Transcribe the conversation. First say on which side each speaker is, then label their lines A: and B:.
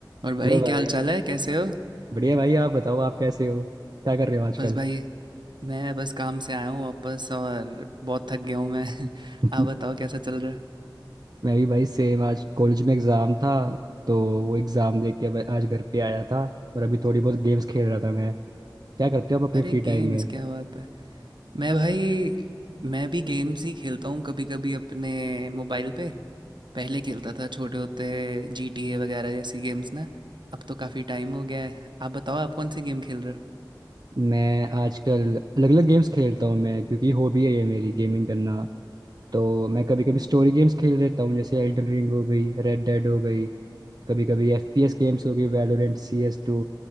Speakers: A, on the right; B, on the right.
A: और भाई
B: Hello भाई
A: क्या हाल चाल है कैसे हो
B: बढ़िया भाई आप बताओ आप कैसे हो क्या कर रहे हो आजकल
A: बस भाई मैं बस काम से आया हूँ वापस और बहुत थक गया हूँ मैं
B: <laughs>
A: <laughs> आप बताओ कैसा चल रहा है
B: मैं भी भाई सेम आज कॉलेज में एग्ज़ाम था तो वो एग्ज़ाम देख के अब आज घर पे आया था और अभी थोड़ी बहुत गेम्स खेल रहा था मैं क्या करते हो आप अपने
A: अरे
B: फ्री
A: गेम्स
B: टाइम में
A: क्या बात है मैं भाई मैं भी गेम्स ही खेलता हूँ कभी कभी अपने मोबाइल पे पहले खेलता था छोटे होते जी टी ए वगैरह जैसी गेम्स ना अब तो काफ़ी टाइम हो गया है आप बताओ आप कौन सी गेम खेल रहे हो
B: मैं आजकल अलग अलग गेम्स खेलता हूँ मैं क्योंकि हॉबी है ये मेरी गेमिंग करना तो मैं कभी कभी स्टोरी गेम्स खेल लेता हूँ जैसे एल्डन रिंग हो गई रेड डेड हो गई कभी कभी एफ पी एस गेम्स हो गई वैलोरेंट सी एस टू